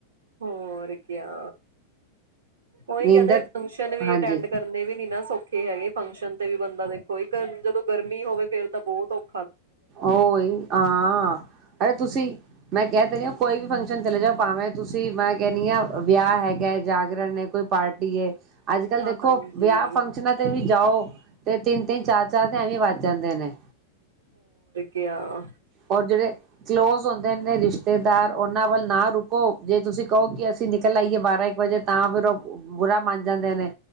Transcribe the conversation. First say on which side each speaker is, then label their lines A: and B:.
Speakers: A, on the right; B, on the right.
A: ਹੋਰ ਕਿਆ। ਉਹੀ
B: ਨੀਂਦਰ
A: ਕਹਿੰਦੇ ਫੰਕਸ਼ਨ ਵੀ
B: ਹਾਂਜੀ
A: ਅਟੈਂਡ ਕਰਨੇ ਵੀ ਨੀ ਨਾ ਸੌਖੇ ਹੈਗੇ ਫੰਕਸ਼ਨ ਤੇ ਵੀ ਬੰਦਾ ਦੇਖੋ ਇੱਕ ਜਦੋਂ ਗਰਮੀ ਹੋਵੇ ਫੇਰ ਤਾਂ ਬਹੁਤ ਔਖ
B: ਉਹੀ ਹਾਂ ਅਰੇ ਤੁਸੀਂ ਮੈਂ ਕਹਿ ਤੇ ਰਹੀ ਕੋਈ ਵੀ ਫੰਕ ਫੰਕਸ਼ਨ ਚਲੇ ਜਾਓ ਭਾਵੇਂ ਤੁਸੀਂ ਮੈਂ ਕਹਿੰਨੀ ਆ। ਵਿਆਹ ਹੈਗਾ ਹੈ ਜਾਗਰਣ ਹੈ ਕੋਈ ਪਾਰਟੀ ਹੈ, ਅੱਜ ਕੱਲ
A: ਹਾਂਜੀ
B: ਦੇਖੋ ਵਿਆਹ ਫੰਕਸ਼ਨਾਂ ਤੇ ਵੀ, ਜਾਓ ਤੇ ਤਿੰਨ ਤਿੰਨ ਚਾਰ ਚਾਰ ਐਵੇਂ ਵੱਜ ਜਾਂਦੇ ਨੇ,
A: ਗਿਆ,
B: ਔਰ ਜਿਹੜੇ ਕਲੋਜ਼ ਹੁੰਦੇ ਨੇ ਐਨੇ ਰਿਸ਼ ਰਿਤੇਦਾਰ ਉਹਨਾਂ ਵੱਲ ਨਾ ਰੁਕੋ ਜੇ ਤੁਸੀਂ ਕਹੋ ਕਿ ਅਸੀਂ ਨਿਕਲ ਆਈਏ ਬਾਰਾਂ ਇ ਜੇ ਤਾਂ ਫਿਰ ਉਹ ਬੁਰਾ ਮੰਨ ਜਾਂਦੇ ਨੇ